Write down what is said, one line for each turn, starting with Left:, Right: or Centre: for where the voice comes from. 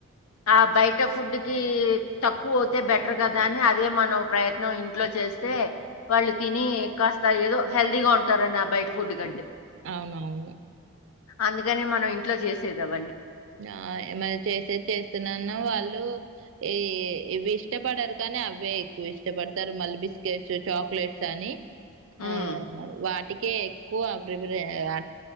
Left: ఆ బయట ఫుడ్ కి తక్కువ వోతే బెటర్ కదా అని అదే మనం ప్రయత్నం ఇంట్లో చేస్త సే వాళ్ళు తిని కాస్త ఏదో హెల్దీగా ఉంటారని ఆ బయట ఫుడ్ కంటే
Right: అవునవును
Left: అందుకనే మనం ఇంట్లో చేసేది అవన్నీ
Right: ఆ మరి చేసేది చేస్తునే ఉన్న వాళ్ళు ఈ ఇవి ఇష్టపడారు కానీ అవే ఎక్కువ ఇష్టపడతారు మళ్ళీ బిస్కెట్స్ చాక్లెట్స్ అని ఆ
Left: ఉమ్
Right: వాటికి కే ఎక్కువ ప్రిపరే అ